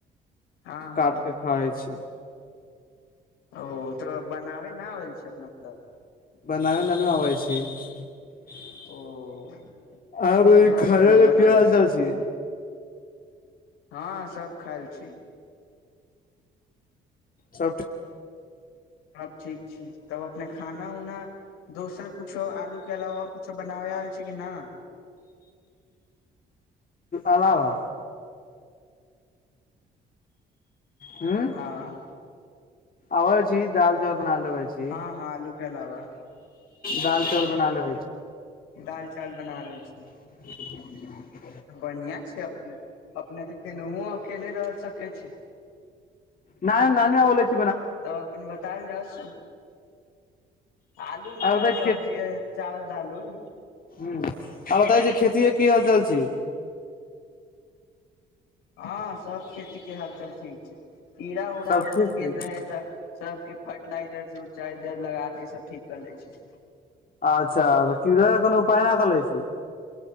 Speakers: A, on the left; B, on the left.
A: हँ हँ
B: काट के खाइ छी।
A: ओ तऽ बनाबे न होल छै अपना। <unintelligible>
B: बनाबे ननु आबै छै। <unintelligible>
A: ओ घर के लोग बनावल
B: की हाल चाल छै?
A: हाॅं सब खैल छी।
B: सब ठीक
A: सब ठीक छी तब अपने खाना उना दोसर कुछो आलू के अलावा आओर कुछो बनाबे आयल छी कि ना?
B: अलावा ह
A: हाॅं।
B: आबै छी दाल चावल बनालेबै छी।
A: हँ हँ आलू के अलावा
B: दाल चावल बनालेबै छी।
A: दाल चावल बना लै छियै।
B: <inaudible>
A: बढ़िया छै अपने अपने तऽ केनाहुओ अकेले रह सकै छी।
B: नहि नानी आउले छै।
A: तब अपन बतायल जाउ सब आलू ना
B: आ बताइ
A: सब्जी ए चावल, दाल उल।
B: हूं आर बताइ जे खेती के की हाल चाल छै।
A: हँ सब खेती के हालचाल ठीक छै कीड़ा उड़ा
B: सब ठीक
A: घुसि
B: छै
A: गेल रहै तऽ सभके फर्टिलाइजर <unintelligible> लगाके सभ ठीक कर लै छी।
B: अच्छा तऽ कीडो के कोनो उपाय ना कलै छी।